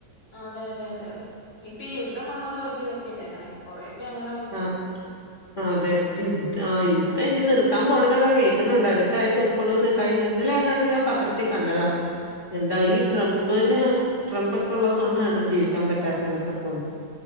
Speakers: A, on the left; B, on the left.
A: അതെ അതെ അതെ അതെ ഇപ്പൊ ഈ യുദ്ധം വന്നുകൊണ്ട് പറ്റിയതൊക്കെല്ലേ അങ്ങനെ കൊറേക്കെ അങ്ങ്
B: ആഹ് അതെ യുദ്ധ ആഹ് യുദ്ധ
A: ഉം
B: ഇനി നിർ ത്താൻ പോണ്ന്നൊക്കെ കേൾക്കുന്നുണ്ട് അടുത്ത ആഴ്ച ഒപ്പിടും കഴിഞ്ഞ ഇന്നലെ അങ്ങാണ്ട് ഞാൻ പത്രത്തിൽ കണ്ടതാ എന്താ
A: ആഹാ
B: ഈ ട്രംപിന് ട്രംപ് ഒക്കെ ഉള്ളത് കൊണ്ടാണ് ജീവിക്കാൻ പറ്റാത്തെ എന്നൊക്കെ തോന്ന്‌